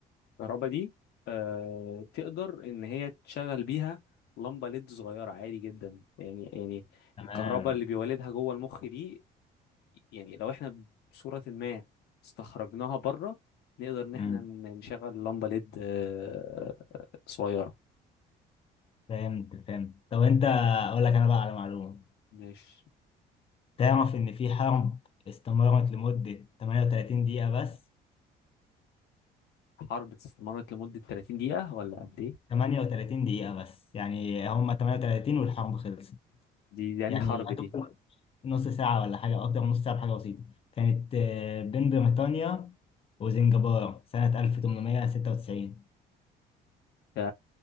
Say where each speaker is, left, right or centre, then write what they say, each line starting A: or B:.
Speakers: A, on the left; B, on the left.
A: الكهرباء دي آه تقدر ان هي تشغل بيها لمبه ليد صغيره عادي جدا يعني يعني
B: تمام
A: الكهرباء اللي بيولدها جوه المخ دي يعني لو احنا بصوره ما استخرجناها بره نقدر ان احنا
B: امم
A: ن- نشغل لمبه ليد آه صغيره
B: فهمت فهمت طب انت اقول لك انا بقى على معلومه
A: مش
B: تعرف ان في حرب استمرت لمده 38 دقيقه بس
A: حرب استمرت لمده 30 دقيقه ولا قد ايه
B: 38 دقيقه بس يعني هم 38 والحرب خلصت
A: دي دي يعني
B: يعني
A: حرب
B: يا
A: دي
B: دوب نص ساعه ولا حاجه او اكتر من نص ساعه بحاجه بسيطه كانت آه، بين بريطانيا وزنجبار سنه 1896
A: ده